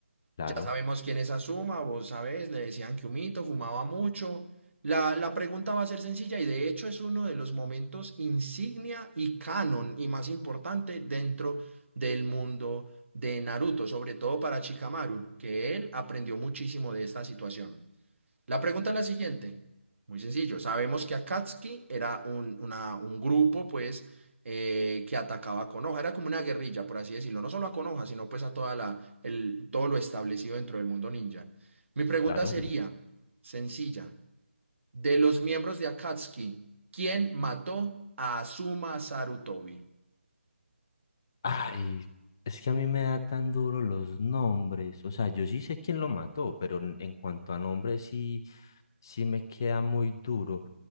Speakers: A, on the left (about 20°); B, on the right (about 75°).
A: Claro,
B: Ya sabemos quién es Azuma, vos sabés, le decían que humito, fumaba mucho. La, la pregunta va a ser sencilla y de hecho es uno de los momentos insignia y canon y más importante dentro del mundo de Naruto, sobre todo para Shikamaru, que él aprendió muchísimo de esta situación. La pregunta es la siguiente, muy sencillo. Sabemos que Akatsuki era un, una- un grupo, pues, eh, que atacaba a Konoha, era como una guerrilla, por así decirlo, no solo a Konoha, sino pues a toda la, el, todo lo establecido dentro del mundo ninja. Mi pregunta
A: claro.
B: sería, sencilla, de los miembros de Akatsuki, ¿quién mató a Asuma Sarutobi?
A: Ay, es que a mí me da tan duro los nombres. O sea, yo sí sé quién lo mató, pero en en cuanto a nombres, sí, sí me queda muy duro.